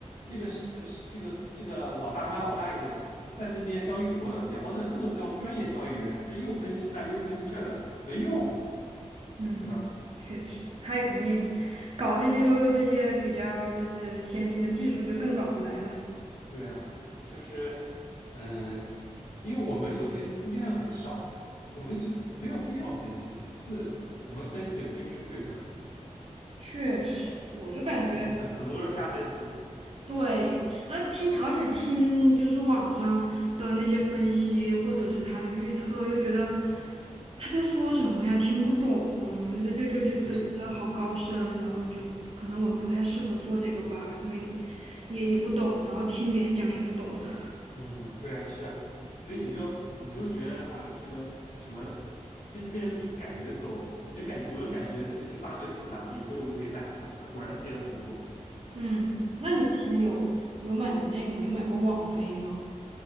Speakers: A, on the left; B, on the right.
A: 那个是是这个这个老大妈老大爷在那边交易所聊的，各个都像专业交易员，这又分析那又分析这的，没用。
B: 嗯，
A: 对吧？
B: 确实，他也肯定也搞这些就这些比较就是先进的技术就更搞不来了。
A: 对啊，就是嗯、呃因为我们首先就资金量很少，我们就没有必要分析。其次，我们分析也不一定是对的，
B: 确实，我就感觉
A: 我们很很多都是瞎分析。
B: 对，然后听，而且听就是网上的那些分析或者是他的预测，又觉得他在说什么呀，听不懂，就就就就觉得好高深，
A: 对，
B: 然后就可能我不太适合做这个吧，因为也也不懂，然后听别人讲也不懂。<laughs>
A: 嗯，对啊，是啊，所以你就你就觉得啊，这个什么。跟跟着自己感觉走，你就感觉，我就感觉那个星巴克就不咋地，所以我就没买它。它果然跌了很多，
B: 嗯，那你之前有有买过那个吗？有买过网飞吗？